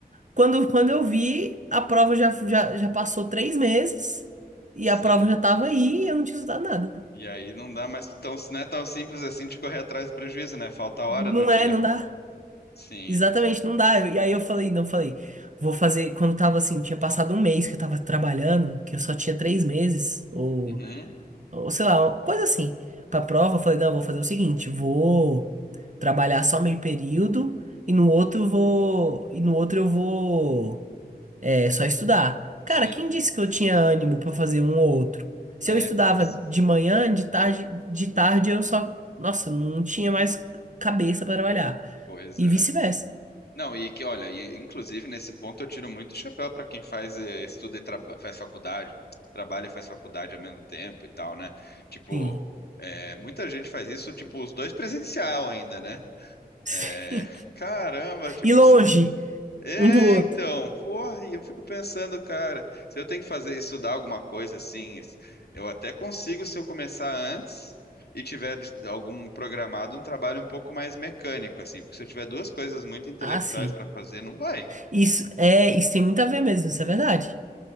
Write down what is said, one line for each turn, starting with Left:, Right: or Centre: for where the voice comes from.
Right: Quando, quando eu vi, a prova já, já, já passou três meses e
Left: sim.
Right: a prova já tava aí e eu não tinha estudado nada.
Left: E aí não dá mais tão, não é tão simples assim de correr atrás do prejuízo, né? Falta hora
Right: Não
Left: no dia.
Right: é, não dá.
Left: Sim.
Right: Exatamente, não dá. E aí eu falei, não, falei, vou fazer. Quando tava assim, tinha passado um mês que eu tava trabalhando, que eu só tinha três meses, ou
Left: Uhum.
Right: ou sei lá, uma coisa assim. Pra prova, eu falei, não, eu vou fazer o seguinte, vou trabalhar só meio período e no outro eu vou, e no outro eu vou é, só estudar. Cara,
Left: Sim,
Right: quem disse que eu tinha ânimo pra fazer um ou outro? Se
Left: é
Right: eu estudava
Left: tenso.
Right: de manhã, de tarde, de tarde eu só, nossa, não tinha mais cabeça pra trabalhar.
Left: Pois
Right: E
Left: é.
Right: vice-versa.
Left: Não, e que, olha, e, inclusive nesse ponto eu tiro muito chapéu para quem faz, eh, estuda e traba- faz faculdade, trabalha e faz faculdade ao mesmo tempo e tal, né? Tipo,
Right: Sim.
Left: eh, muita gente faz isso, tipo, os dois presencial ainda, né?
Right: <laughs> Sim.
Left: Eh, <laughs> caramba, tipo,
Right: E longe
Left: É,
Right: um do outro.
Left: então, porra, e eu fico pensando, cara, se eu tenho que fazer estudar alguma coisa assim, eu até consigo se eu começar antes e tiver de- algum programado, um trabalho um pouco mais mecânico assim, porque se eu tiver duas coisas muito intelectuais
Right: Ah, sim.
Left: para fazer, não vai.
Right: Isso é, isso tem muito a ver mesmo, isso é verdade.